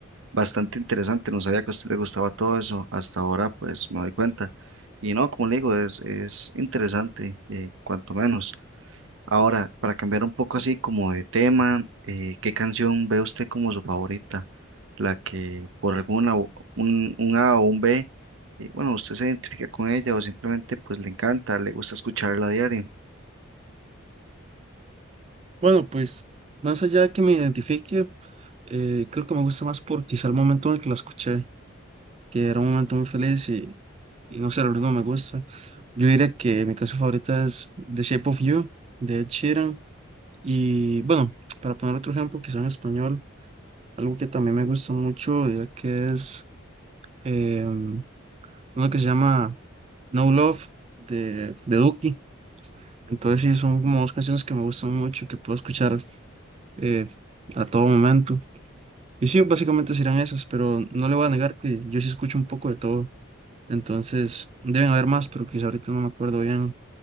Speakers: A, on the right; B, on the right.
A: bastante interesante, no sabía que a usted le gustaba todo eso, hasta ahora pues me doy cuenta. Y no, como le digo, es, es interesante, eh, cuanto menos. Ahora, para cambiar un poco así como de tema, eh, ¿qué canción ve usted como su favorita? La que por alguna, u- un, un A o un B, eh, bueno, usted se identifica con ella o simplemente pues le encanta, le gusta escucharla a diario.
B: Bueno, pues más allá de que me identifique, eh, creo que me gusta más por quizá el momento en el que la escuché. que era un momento muy feliz y, y no sé, la verdad no me gusta. Yo diría que mi canción favorita es The Shape of You, de Ed Sheeran. Y bueno, para poner otro ejemplo, quizá en español, algo que también me gusta mucho, diría que es em, una que se llama No Love, de, de Duki. Entonces sí, son como dos canciones que me gustan mucho, que puedo escuchar eh, a todo momento. Y sí, básicamente serán esas, pero no le voy a negar que yo sí escucho un poco de todo. Entonces, deben haber más, pero quizá ahorita no me acuerdo bien.